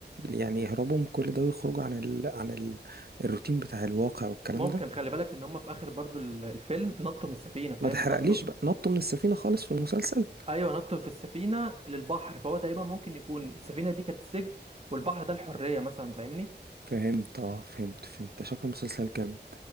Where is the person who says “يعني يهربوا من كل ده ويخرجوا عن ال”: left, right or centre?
Right